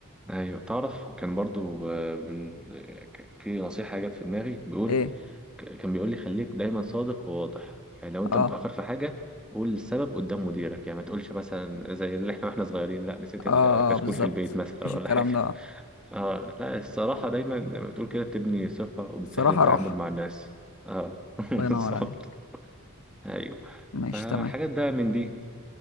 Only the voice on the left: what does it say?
ايه
اه
اه,
آه بالظبط
مفيش الكلام
ده
صراحه
راحه
الله ينور
عليك
ماشي
تمام